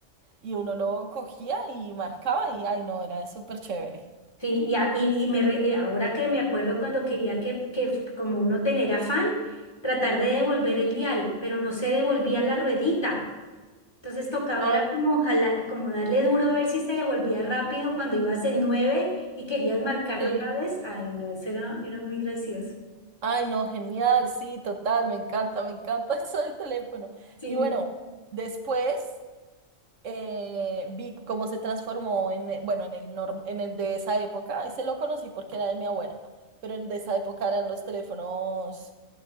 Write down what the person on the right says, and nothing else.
Y uno lo cogía y marcaba y, ay, no, era súper chévere.
Ah,
sí.
Ay, no, genial, sí, total, me encanta, me encanta <laughs> eso del teléfono.
Y bueno, después eh, vi cómo se transformó en, eh, bueno, en el norm- en el de esa época, ese lo conocí porque era de mi abuela, pero el de esa época eran los teléfonos